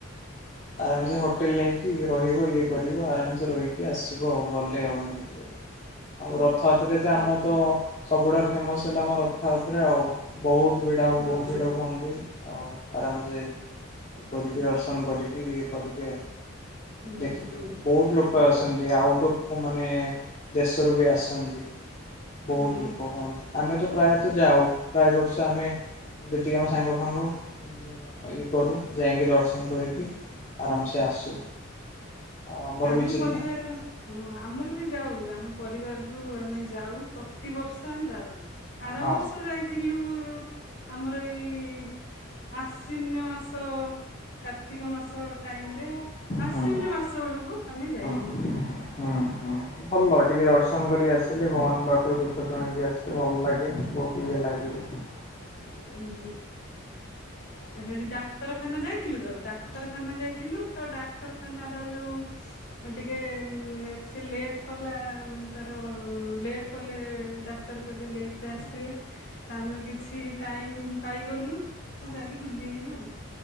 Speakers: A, on the left; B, on the left.
A: ଆରାମସେ ହୋଟେଲ ନେଇକି ରହିବ ଇଏ କରିବ ଆରାମସେ ରହିକି ଆସିବ ଆଉ ଗଲେ <unintelligible> ଆଉ ରଥଯାତ୍ରାରେ ତ
B: ହଁ
A: ଆମର ତ ସବୁଠାରୁ ଫେମସ୍ ହେଲା ଆମ ରଥଯାତ୍ରା ଆଉ ବୋହୁ ଭିଡା
B: ହଁ
A: ହୁଅ ଭିଡ ହୁଅନ୍ତି ଆଉ ଆରାମସେ କରିକି
B: ହୁଁ
A: ଦର୍ଶନ କରି ଇଏ କରିକେ
B: ହୁଁ
A: ଦେଖିକି
B: ହୁଁ
A: ବୋହୁତ ଲୋକ କ ଆଛନ୍ତି ଆଉଟ୍ ଅଫ୍ ମାନେ ଦେଶରୁ ବି ଆସନ୍ତି। ବୋହୁତ
B: ହଁ
A: ଲୋକ
B: ହଁ
A: ହୋନ୍ତି ଆମେ ତ ପ୍ରାୟତଃ ଯାଉ ପ୍ରୟେ ବର୍ଷ ଆମେ ଯେତିିକି ଆମ ସାଙ୍ଗ ଫାଙ୍ଗ ଇଏ କରୁ ଯାଇକି ଦର୍ଶନ କରିକି। ଆରାମ ସେ ଆସୁ ଆଉ ଆମର
B: ଆମେ
A: ବି ଚିହ୍ନା
B: ପରିବାର ହଁ ଆମର ବି ଯାଉ ଆମ ପରିବାରରୁ ଆମେ ଯାଉ। ପ୍ରତିବର୍ଷ ଆମେ ଯାଉଚୁ। ଆର
A: ହଁ
B: ବର୍ଷ ଯାଇଥିଲୁ ଆମର ଏଇ ଆସିନ୍ଵ ମାସ କାର୍ତ୍ତିକ ମାସ ଟାଇମ ରେ। ଆସିନ୍ଵ
A: ହଁ
B: ମାସ ବେଳକୁ ଆମେ ଯାଇଥିଲୁ।
A: ହଁ ହଁ ହଁ ଭଲ ଟିକେ ଦର୍ଶନ କରିକି ଆସିଲେ ଭଗବାନଙ୍କ ପାଖରୁ ଦୁଃଖ ଶୁଣେଇକି ଆସିଲେ ଭଲ ଲାଗେ ବୋହୁତ ଇଏ ଲାଗେ। ବଝିପାରୁଛ?
B: ହୁଁ ସେଠି ଡାକ୍ତରଖାନା ଯାଇଥିଲୁ ତ ଡାକ୍ତରଖାନା
A: ହୁଁ
B: ଯାଇଥିଲୁ ତ ଡାକ୍ତରଖାନାର ଯୋଉ ଟିକେ ସିଏ ଲେଟ୍ କଲା ତାର ଲେଟ୍ କଲେ ଡାକ୍ତର କହିଲେ ଲେଟରେ ଆସିବେ
A: ହୁଁ
B: ତା ଆମେ କିଛି ଟାଇମ ପାଇଗଲୁ।
A: ହୁଁ
B: ତ ଯାଇକି ବୁଲି ଆଇଲୁ ଆଉ।